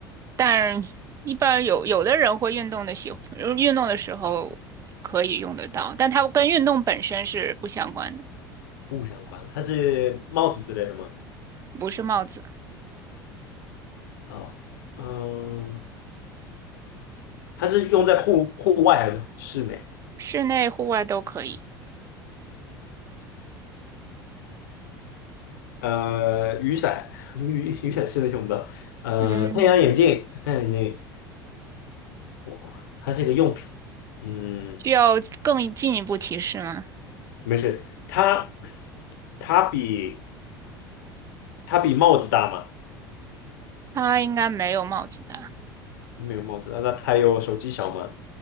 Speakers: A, on the right; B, on the left.
A: 但一般有有的人会运动的喜，呃运动的时候可以用得到，但它跟运动本身是不相关的，
B: 不相关，它是帽子之类的吗？
A: 不是帽子，
B: 哦，嗯，它是用在户户外还是室内？
A: 室内户外都可以。
B: 呃，雨伞，雨雨伞是能用的。呃，
A: 嗯，
B: 太阳眼镜，太阳眼镜，哇，它是一个用品。嗯，
A: 需要更进一步提示吗？
B: 没事。它它比它比帽子大吗？
A: 它应该没有帽子大，
B: 没有帽子大那它有手机小吗？